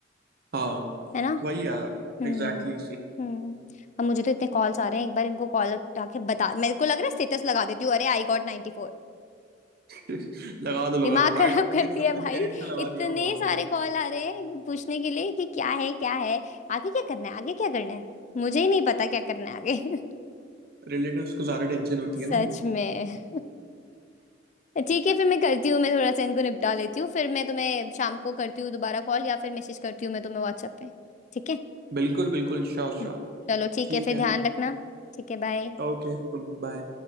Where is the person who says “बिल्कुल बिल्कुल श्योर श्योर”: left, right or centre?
Right